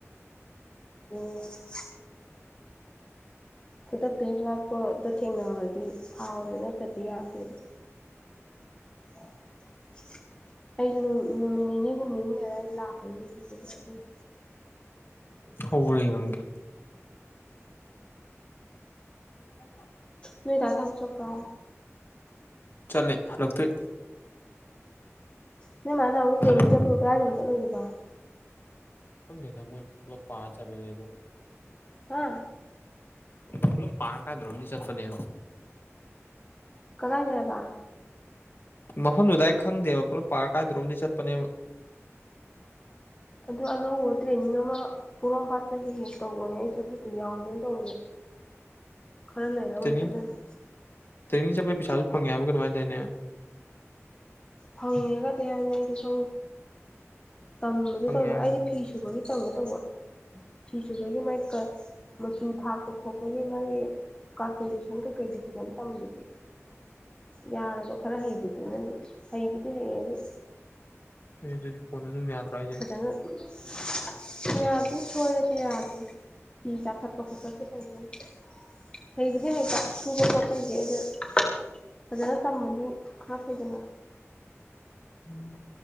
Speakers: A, on the left (about 20°); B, on the left (about 45°).
A: <unintelligible> ꯈꯨꯗꯛꯇ ꯍꯦꯛ ꯂꯛꯄꯗꯣ ꯊꯦꯡꯅꯍꯧꯔꯗꯤ ꯍꯥꯎꯋꯦ ꯅꯠꯇꯗꯤ ꯌꯥꯗꯦꯕ <unintelligible> ꯑꯩ ꯅꯨꯃꯤꯠ ꯅꯤꯅꯤ ꯍꯨꯝꯅꯤ ꯂꯩꯔ ꯑꯩ ꯂꯥꯛꯀꯅꯤ ꯑꯗꯨ <unintelligible>
B: ꯍꯩꯕ꯭ꯔꯥ ꯌꯦꯡꯉꯝꯒꯦ <unintelligible>
A: ꯅꯣꯏ ꯗꯥ ꯊꯕꯛ ꯆꯠꯄ꯭ꯔꯥ
B: ꯆꯠꯂꯦ ꯍꯜꯂꯛꯇ꯭ꯔꯤ
A: ꯅꯣꯏ ꯃꯥꯥ ꯅꯍꯥꯟꯃꯨꯛ
B: ꯍꯜꯂꯛ
A: ꯇ꯭ꯔꯦꯅꯤꯡ ꯆꯠꯄꯗꯣ ꯀꯗꯥꯏꯗꯅꯣ ꯆꯠꯂꯨꯕꯗꯣ
B: ꯈꯪꯗꯦꯗ ꯃꯣꯏ ꯄꯨꯂꯞ ꯄꯥ ꯆꯠꯄꯅꯦ ꯑꯗꯣ
A: ꯍꯥ
B: ꯄꯨꯂꯞ ꯄꯥꯔ ꯀꯥꯏꯗꯅꯣꯝꯗꯤ ꯆꯠꯄꯅꯦꯕ
A: ꯀꯗꯥꯏꯗ ꯍꯥꯏꯕ
B: ꯃꯐꯝꯗꯨ ꯗꯥꯏꯔꯦꯛ ꯈꯪꯗꯦꯕ ꯄꯨꯂꯞ ꯄꯥꯔ ꯀꯥꯏꯗꯅꯣꯝꯗꯤ ꯆꯠꯄꯅꯦꯕ
A: ꯑꯗꯨ ꯑꯅꯧꯕ ꯇ꯭ꯔꯦꯅꯤꯡ ꯑꯃ ꯈꯣꯡꯉꯥꯝꯄꯥꯠꯇ ꯍꯦꯛ ꯍꯦꯛ ꯇꯧꯕꯅꯦ ꯑꯩꯖꯨ ꯑꯗꯨꯗꯨ ꯌꯥꯎꯒꯦꯅ ꯇꯧꯕꯅꯦ
B: <inaudible>
A: ꯈꯔ ꯂꯩꯔ ꯑꯣꯏ
B: ꯇ꯭ꯔꯦꯅꯤꯡ
A: ꯆꯠꯂꯅꯤ
B: ꯇ꯭ꯔꯦꯅꯤꯡ ꯆꯠꯄꯩ ꯄꯩꯁꯥꯖꯨ ꯐꯪꯉꯦ ꯍꯥꯏꯕ꯭ꯔꯥ ꯀꯩꯅꯣꯝ ꯍꯥꯏꯗꯥꯏꯅꯦ
A: ꯐꯪꯉꯦꯒꯗꯤ ꯍꯥꯏꯕꯅꯤ ꯑꯩꯗꯤ ꯈꯪꯗꯦ ꯇꯝꯕꯗꯨ
B: ꯐꯪꯉꯦ
A: ꯇꯝ
B: ꯍꯥꯏꯕꯅꯤ
A: ꯑꯩꯗꯤ ꯐꯤ ꯁꯨꯕꯒꯤ ꯇꯝꯒꯦ ꯇꯧꯕ ꯐꯤ ꯁꯨꯕꯒꯤ ꯃꯥꯏ ꯒꯤ ꯃꯆꯨ ꯊꯥꯛꯄ ꯈꯣꯠꯄꯒꯤ ꯃꯥꯒꯤ ꯀꯥꯜꯀꯨꯂꯦꯁꯟ ꯀꯩꯀꯩꯗ ꯐꯖꯅ ꯇꯝꯗꯥꯗꯤ ꯌꯥꯔꯕ ꯈꯔ ꯍꯩꯕꯗꯨꯅꯗꯤ ꯍꯩꯕꯨꯗꯤ ꯍꯩꯌꯦꯕꯨ
B: ꯑꯦ ꯑꯗꯨꯗꯤ ꯐꯣꯟꯗ ꯑꯗꯨꯝ ꯌꯥꯗ꯭ꯔꯥ ꯍꯥꯏꯁꯦ
A: <unintelligible> ꯌꯥꯗꯦ ꯁꯣꯏꯔꯗꯤ ꯌꯥꯅꯦ ꯐꯤ ꯆꯥ ꯊꯠꯄ ꯈꯣꯠ ꯇꯠꯄ ꯇꯧꯕꯩ ꯍꯩꯕꯨꯗꯤ ꯍꯩꯕ ꯁꯨꯕ ꯈꯣꯠ ꯄꯩꯗꯤ ꯑꯗꯨ ꯐꯖꯅ ꯇꯝꯃꯗꯤ ꯈꯔꯥ ꯐꯩꯗꯅ
B: ꯎꯝ